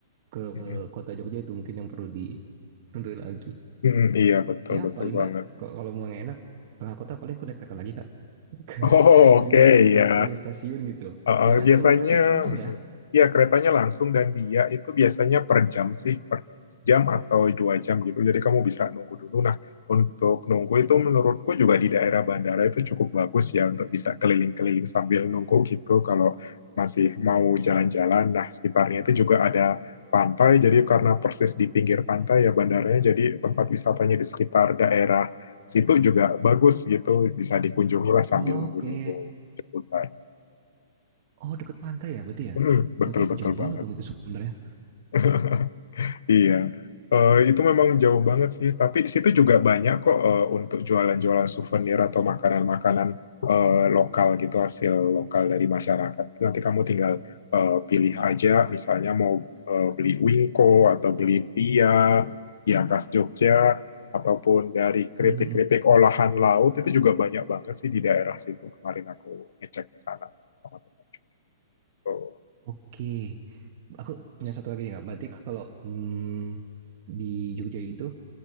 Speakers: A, on the right; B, on the left.
A: ke
B: mm,
A: kota Jogja itu mungkin yang perlu ditentuin lagi.
B: mm, mm, Iya betul
A: Ya
B: betul
A: paling
B: banget.
A: nggak kalau mau yang enak tengah kota paling aku naik kereta lagi kak. <laughs>
B: Oh,
A: Jadi
B: oke
A: langsung
B: ya.
A: turun stasiun gitu.
B: Uh,
A: Ya kan
B: biasanya
A: kalau kereta langsung
B: mm,
A: ya.
B: ya keretanya langsung dan dia itu biasanya per jam sih per jam atau dua jam gitu jadi kamu bisa nunggu dulu nah untuk nunggu itu menurutku juga di daerah bandara itu cukup bagus ya untuk bisa keliling-keliling sambil nunggu gitu kalau masih mau jalan-jalan nah sekitarnya itu juga ada pantai jadi karena persis di pinggir pantai ya bandaranya jadi tempat wisatanya di sekitar daerah situ juga bagus gitu bisa dikunjungi lah sambil
A: Oke.
B: nunggu-nunggu jemputan
A: Oh deket pantai ya berarti ya.
B: Hmm, betul
A: Berarti
B: betul
A: jauh banget
B: banget.
A: dong itu sebenarnya.
B: <laughs> Iya. Eh, itu memang jauh banget sih, tapi di situ juga banyak kok eh, untuk jualan-jualan souvenir atau makanan-makanan eh, lokal gitu, hasil lokal dari masyarakat. Nanti kamu tinggal eh, pilih aja, misalnya mau eh, beli wingko atau beli pia, ya khas Jogja, ataupun dari
A: Mm,
B: keripik-keripik
A: mm, mm.
B: olahan laut itu juga banyak banget sih di daerah situ. Kemarin aku ngecek ke sana sama teman. Tuh.
A: Oke, aku punya satu lagi nih kak. Berarti kalau hmm, di Jogja itu,